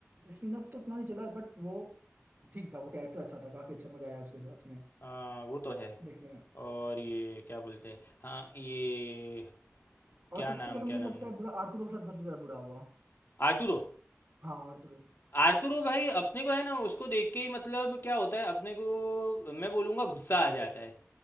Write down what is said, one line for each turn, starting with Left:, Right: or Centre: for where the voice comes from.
Right: स्पिन अप तो उतना नहीं चला बट वो ठीक था वो कैरेक्टर अच्छा था काफी अच्छा मजा आया उसके साथ में
Left: हाँ वो तो है
Right: देखने में
Left: और ये क्या बोलते हैं हाँ ये
Right: और
Left: क्या
Right: सबसे
Left: नाम
Right: ज्यादा
Left: क्या
Right: मुझे
Left: नाम
Right: लगता है बुरा आर्थुरो के साथ सबसे ज्यादा बुरा हुआ
Left: आर्टुरो
Right: हाँ आर्थुरो
Left: आर्तुरो भाई अपने को है ना उसको देख के ही मतलब क्या होता है अपने को मैं बोलूंगा गुस्सा आ जाता है